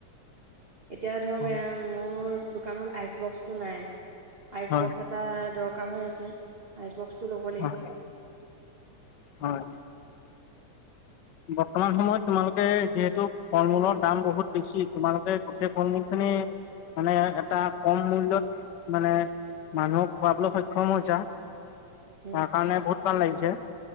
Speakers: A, on the right; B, on the left.
A: এতিয়া ধৰক
B: হয়
A: মোৰ দোকানত আইচ বক্সটো নাই। আইচ
B: হয়
A: বক্স এটা দৰকাৰ হৈ আছে আইচ বক্স। ল'ব লাগিব।
B: হয় হয় বৰ্তমান সময়ত তোমালোকে যিহেতু ফল মূলৰ দাম বহুত বেছি তোমালোকে গোটেই ফল মূল খিনি মানে এটা কম মূল্যত মানে মানুহক খোৱাবলৈ সক্ষম হৈছা তাৰ
A: উম,
B: কাৰণে বহুত ভাল লাগিছে।